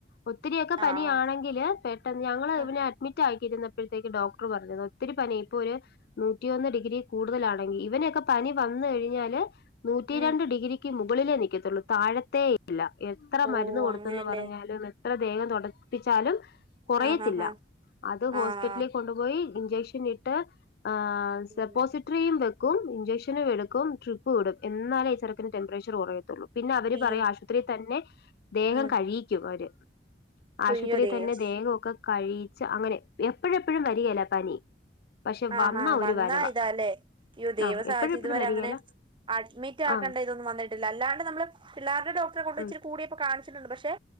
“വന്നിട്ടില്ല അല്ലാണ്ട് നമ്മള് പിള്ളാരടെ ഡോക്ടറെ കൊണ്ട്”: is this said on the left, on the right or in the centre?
Right